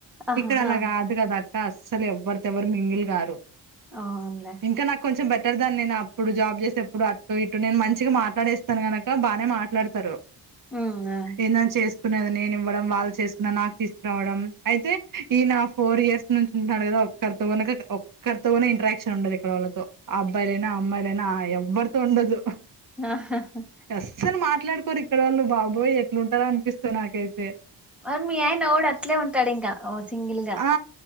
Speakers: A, in the centre; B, on the right.
A: ఆహా
B: ఇక్కడ అలా
A: ఆ
B: కాదు కద అక్క అస్సలు ఎవ్వరి తో ఎవరు మింగిల్ గారు
A: అవున్లే
B: ఇంకా నాకు కొంచెం బెటర్ దాన్ని నేను అప్పుడు జాబ్ చేసేప్పుడు అటు ఇటు నేను మంచిగా మాట్లాడేస్తాను గనక బానే మాట్లాడతారు
A: ఉమ్ ఆ
B: ఎందన్ చేస్ కునేది నేను ఇవ్వడం వాళ్ళు చేసుకున్న నాకు తీసుకురావడం అయితే ఈనా ఫోర్ ఇయర్స్ నుంచి ఉంట్నాడు కదా క్కరితో గనక ఒక్కరితోనే ఇంట్రాక్షన్ ఉండదు ఇక్కడ వలతో అబ్బాయిలైనా అమ్మాయిలనా ఎవ్వరు తో ఉండదు
A: హ్ హ హ హ
B: అస్సలు మాట్లాడుకోరు ఇక్కడ ఓలు బాబోయ్ ఎట్లుంటారో అనిపిస్తాద్ నాకైతే
A: మరి మీ ఆయన వాడు అట్లే ఉంటాడు ఇంకా ఓ సింగిల్ గా
B: ఆ